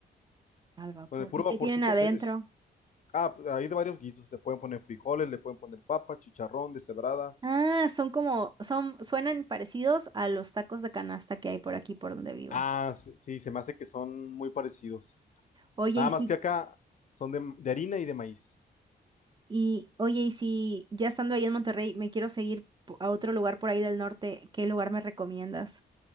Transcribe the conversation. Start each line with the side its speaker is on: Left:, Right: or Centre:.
Right: Al vapor.
Left: Con el puro
Right: ¿Y
Left: vaporcito,
Right: qué tienen adentro?
Left: se- es, Ah, pues, hay de varios guisos. Le pueden poner frijoles, le pueden poner papa, chicharrón, deshebrada.
Right: Ah, son como, son, suenan parecidos a los tacos de canasta que hay por aquí por donde vivo.
Left: Ah, sí, sí, se me hace que son muy parecidos.
Right: Oye,
Left: Nada
Right: y si,
Left: más que acá son de, de harina y de maíz.
Right: y, oye, y si ya estando ahí en Monterrey, me quiero seguir po- a otro lugar por ahí del norte, ¿qué lugar me recomiendas?